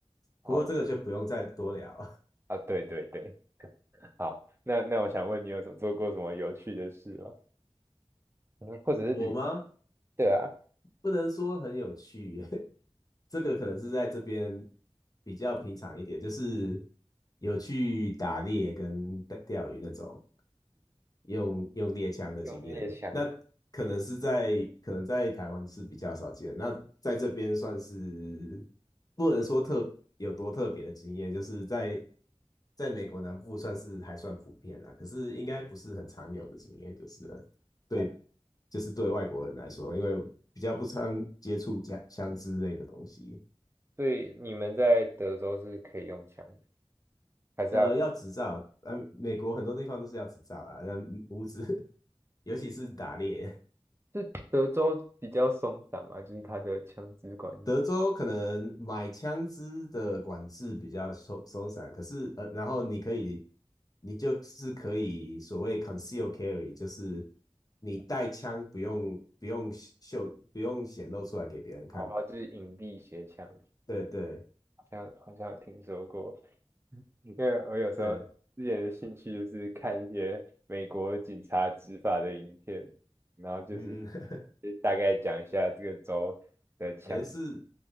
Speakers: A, on the right; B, on the left.
A: 哦
B: 不过这个就不用再多聊。
A: 啊，对对对，好，那那我想问你有什么做过什么有趣的事吗？嗯，或者是旅，
B: <laughs> 我吗？
A: 对啊，
B: 不能说很有趣，<laughs> 这个可能是在这边比较平常一点，就是有去打猎跟钓钓鱼那种。用用猎枪的经验，
A: 用猎枪哦。
B: 那可能是在可能在台湾是比较少见，那在这边算是不能说特有多特别的经验，就是在在美国南部算是还算普遍啦，可是应该不是很常有的经验，就是了对，
A: 哦，
B: 就是对外国人来说，因为比较不常接触家枪支类的东西，
A: 所以你们在德州是可以用枪，还是要？
B: 呃，要执照，啊，美国很多地方都是要执照啦，那无执，<laughs> 尤其是打猎。
A: 是德州比较松散嘛，就是它的枪支管理，
B: 德州可能买枪支的管制比较松松散，可是呃，然后你可以，你就是可以所谓 conceal carry，就是你带枪不用不用秀不用显露出来给别人看。
A: 好吧，就是隐蔽携枪，
B: 对对
A: 好像好像有听说过。因为我有时候之前的兴趣就是看一些美国警察执法的影片，
B: 对，
A: 然后就是
B: 嗯，<laughs>
A: 就大概讲一下这个州。的枪。
B: 诶，是